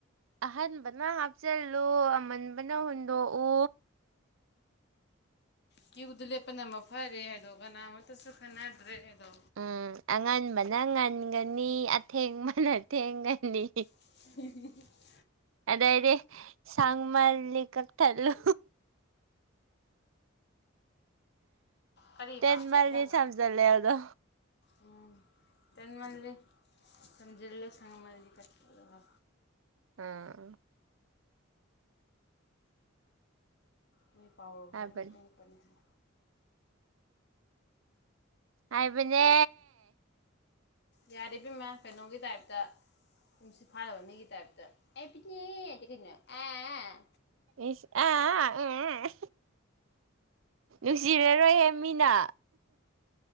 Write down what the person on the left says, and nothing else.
ꯀ꯭ꯌꯨꯗꯨ ꯂꯦꯞꯄꯅ ꯑꯃ ꯐꯔꯦ ꯍꯥꯏꯗꯣ ꯀꯅꯥꯃꯇꯁꯨ ꯈꯟꯅꯗ꯭ꯔꯦ ꯍꯥꯏꯗꯣ
<unintelligible>
ꯀꯔꯤꯕ
ꯏꯔꯪ ꯉꯥ
ꯎꯝ ꯇꯦꯟꯃꯜꯂꯤ ꯊꯝꯖꯤꯜꯂꯨ ꯁꯥꯡꯃꯜꯂꯗꯤ ꯀꯛꯊꯠꯂꯨ ꯍꯥꯏꯕ
ꯃꯣꯏ ꯄꯥꯎꯔꯧꯁꯦ
ꯑꯉꯛ ꯑꯉꯛꯄꯅꯤ ꯍꯥꯏ
ꯌꯥꯔꯦꯕ ꯏꯕꯤꯝꯃ ꯀꯩꯅꯣꯝꯒꯤ ꯇꯥꯏꯞꯇ ꯇꯨꯝꯁꯤꯠ ꯐꯥꯗꯕ ꯃꯤꯒꯤ ꯇꯥꯏꯞꯇ ꯑꯦ <unintelligible> ꯑꯥ ꯑ